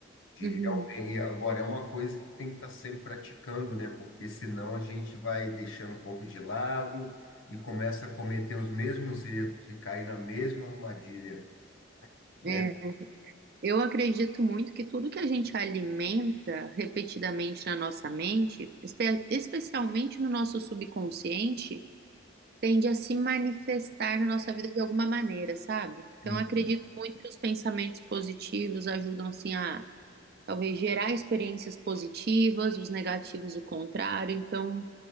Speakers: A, on the left; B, on the right.
A: De
B: Uhum.
A: realmente, e agora é uma coisa que tem que estar sempre praticando, né? Porque senão a gente vai deixando um pouco de lado e começa a cometer os mesmos erros e cair na mesma armadilha, né?
B: É, eu acredito muito que tudo que a gente alimenta repetidamente na nossa mente, espe- especialmente no nosso subconsciente, tende a se manifestar na nossa vida de alguma maneira, sabe? Então,
A: Uhum.
B: eu acredito muito que os pensamentos positivos ajudam, assim, a talvez gerar experiências positivas, os negativos, o contrário. Então,